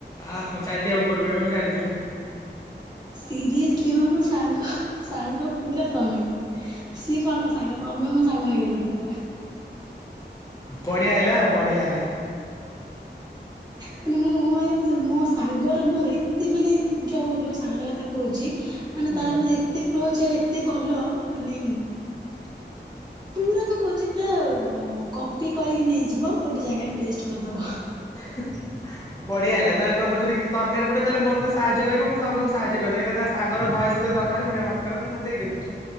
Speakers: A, on the left; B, on the right.
A: ଆ ମୁଁ ଚାଲିଯିବା ଉପରକୁ ଆମେ ଏବେ ଚାଲିଯିବୁ।
B: ସିରିଏସଲି ମା ମୋ ସାଙ୍ଗ ସାଙ୍ଗ ପୁରା ତମେ। ସିଏ କଣ ମୋ ସାଙ୍ଗ ତମେ ମୋ ସାଙ୍ଗ ହେଇଗଲ ପୁରା।
A: ବଢିଆ ହେଲା, ଆଉ ବଢିଆ ହେଲା।
B: ମାନେ ମୁଁ ମାନେ ସେ ମୋ ସାଙ୍ଗର ମୋର ଏତେ ମାନେ ଯଉ, ଯୋଉ ସାଙ୍ଗଟା କଥା କହୁଛି ମାନେ
A: ହୁଁ
B: ତାର ମୋର ଏତେ କ୍ଲୋଜ ଆଉ ଏତେ ଭଲ ମାନେ
A: <inaudible>
B: ପୁରା ପା କହୁଛି ପୁରା କପି କରିକି ନେଇଯିବ ଗୋଟେ ଜାଗାରେ ପେଷ୍ଟ କରିଦବ।
A: <inaudible> ବଢିଆ ହେଲା ତାହେଲେ ତମ ଯଦି କିଛି ଦରକାର ପଡିବ ତାହେଲେ ମୋତେ ସାହାଯ୍ୟ କରିବ ମୁଁ ତମୁ ସାହାଯ୍ୟ କରିବ କାହିଁକ ତା ସାଙ୍ଗ ଭୟସ ଦରକାର କାର ପଡିବ ମତେ କହିବ ମୁ ଦେଇ ଦେବି।